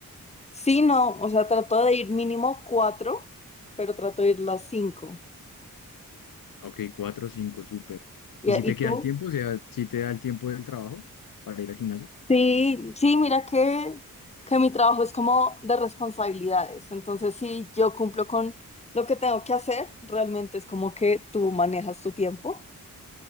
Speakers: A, on the left; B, on the left.
A: Sí, no, o sea, trato de ir mínimo cuatro, pero trato de ir las cinco.
B: Ok, cuatro, o cinco, súper.
A: ¿Y,
B: ¿Y si te
A: y tú?
B: queda el tiempo? O sea, si te da el tiempo del trabajo para ir al gimnasio.
A: Sí, sí, mira que, que mi trabajo es como de responsabilidades. Entonces, si yo cumplo con lo que tengo que hacer, realmente es como que tú manejas tu tiempo.